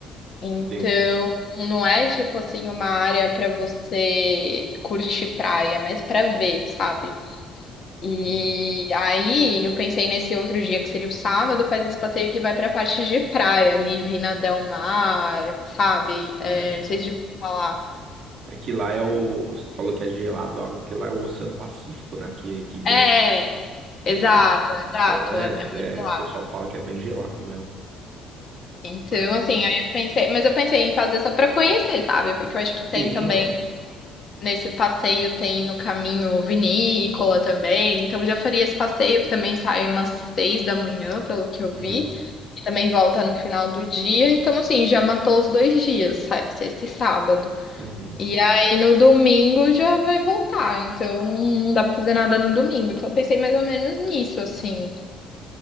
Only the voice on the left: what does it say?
Então,
não é tipo assim uma área pra você curtir praia, mas pra ver, sabe? E
aí eu pensei nesse outro dia que seria o sábado, faz esse passeio que vai pra parte de praia, ali Vina Del Mar, sabe? É,
não sei se eu vou falar.
É,
exato, exato,
é, é muito
lá.
Então,
assim, aí eu pensei, mas eu pensei em fazer só pra conhecer, sabe? Porque eu acho que tem
também
Nesse passeio tem o caminho vinícola também, então já faria esse passeio que também sai umas seis da manhã, pelo que eu vi,
e também volta no final do dia, então assim, já matou os dois dias, sa- sexta e sábado.
E aí no domingo já vai voltar, então não, não dá pra fazer nada no domingo, então eu pensei mais ou menos nisso, assim.